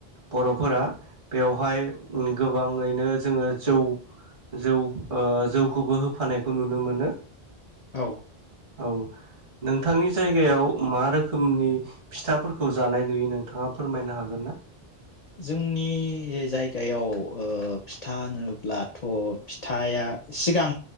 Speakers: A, on the right; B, on the left.
A: बरफोरा बेवहाय गोबाङैनो जोङो जौ जौ ओ जौखौबो होफानायखौ नुनो मोनो।
B: औ
A: औ नोंथांनि जायगायाव मा रो खोमनि फिथाफोरखौ जानाय नुयो नोंथाङा फोरमायनो हागोन ना?
B: जोंनि जायगायाव ओ फिथा होनोब्लाथ फिथाया सिगां